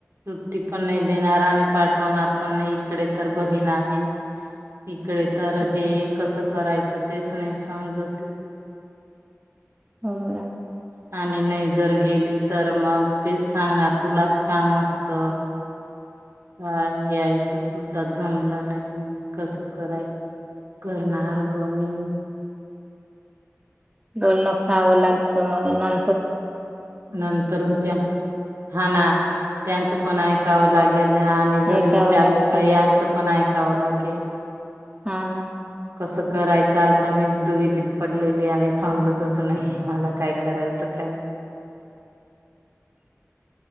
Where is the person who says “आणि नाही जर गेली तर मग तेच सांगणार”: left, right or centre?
Right